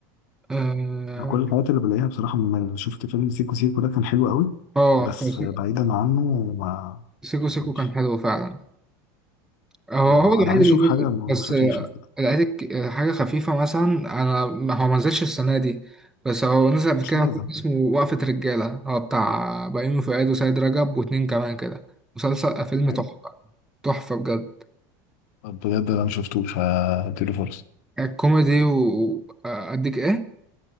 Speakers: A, in the centre; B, on the left (about 60°).
A: آه،
B: انا كل الحاجات اللي بلاقيها بصراحة مملة شفت فيلم سيكو سيكو ده كان حلو قوي
A: اه
B: بس
A: فسيكو
B: بعيدا عنه ما
A: سيكو
B: ما
A: سيكو
B: فيش
A: كان حلو فعلا هو
B: ما...
A: هو الوحيد
B: انا عايز
A: اللي
B: اشوف حاجة
A: نزل بس
B: خفيفة
A: آه،
B: كده
A: لقيت آه، حاجة خفيفة مثلا أنا ما- هو ما نزلش السنة دي بس هو نزل قبل
B: مش
A: كده
B: لازم
A: فيلم اسمه وقفة رجالة هو بتاع بيومي فؤاد وسيد رجب واتنين كمان كده مسلسل آه، فيلم
B: حلو
A: تحفة تحفة بجد
B: طب بجد انا مشفتوش هديله فرصة
A: كوميدي وأديك إيه؟